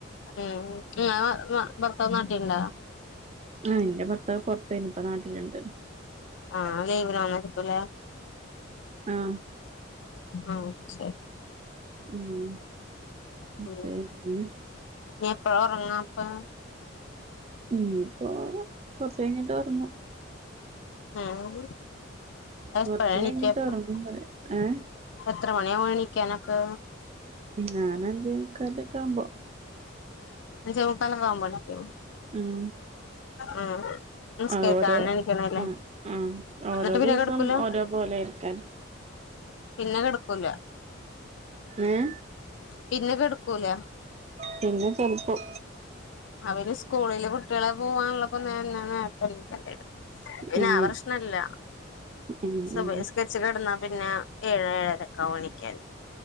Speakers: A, on the left; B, on the right.
A: ഉം ങ്ങളെ ഭർത്താവ്നാട്ടിലുണ്ടോ?
B: ആ എന്റെ ഭർത്താവ് പുറത്തേനി ഇപ്പോ നാട്ടിലുണ്ട്.
A: ആഹ ലീവിന്ന്നൈകുലേ.
B: ആഹ്
A: ഓഹ് ശരി
B: മം അപ്പയ്
A: ഉം
B: <unintelligible>
A: ഇനി എപ്പഴ എറങ്ങ അപ്പൊ
B: ഇന്നയിപ്പോ കൊറച്ചയിഞ്ഞിട്ട് ഒറങ്ങും.
A: ഉം എപ്പഴാ
B: കുറച്ച്
A: എണീക്കാപ്പ
B: കഴിഞ്ഞിട്ട് ഉറങ്ങും പറയാം ഏഹ്.
A: എത്ര മണിയാണിക്കാനൊക്കെ?
B: ഞാനൻ അഞ്ചേ മൂക്കാലോക്കെ ആവുമ്പോ.
A: അഞ്ചേമുക്കാല് ആകുമ്പോ എഴുനേക്കും?
B: ഉം
A: ഉം നിസ്കാരിക്ക
B: ആ ഓരോ
A: എനിക്കണല്ലേ
B: ഉം ഉം ഓരോ
A: എന്നിട്ട് പിന്ന
B: ദിവസം
A: കെടക്കൂലാ?
B: ഓരോ പോലെ ആയിരിക്കാരം
A: പിന്നെ കെട്ക്കൂല.
B: ഏഹ്.
A: പിന്നെ കെട്ക്കൂല.
B: പിന്നെ ചെൽപ്പം.
A: അവര് സ്കൂളില് കുട്ട്യളെ പോവാനുള്ളപ്പോ ന്നെ നേരത്തെണീക്കണ്ട്യരും. പിന്നാ
B: ഉം
A: പ്രശ്നല്ല
B: ഉം ഉം
A: സുബഹ്
B: ഉം
A: സ് കര്ച്ച് കെട്ന്നാ പിന്നെ ഏഴ ഏഴരൊക്കാവു എണിക്ക്യാൻ.